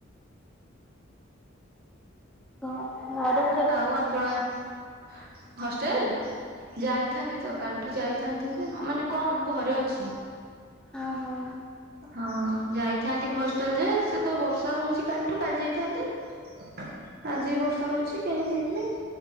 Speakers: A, in the centre; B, on the right.
A: ଘ ଘରୁ
B: ଆଉ <unintelligible> ହଷ୍ଟେଲ। ଯାଇଥାନ୍ତି ତ କାଲିଠୁ ଯାଇଥାନ୍ତି ଯେ ମାନେ କଣ? ମୁଁ ଘରେ ଅଛି।
A: ଓ ହୋ
B: ହଁ ଯାଇଥାନ୍ତି ଘଷ୍ଟେଲ ଯେ ସେ ତ ବର୍ଷା ହଉଛି କାଲିଠୁ କାଲି ଯାଇଥାନ୍ତି। ଆଜି ବର୍ଷା ହେଉଛି କେମିତି ଯିମି।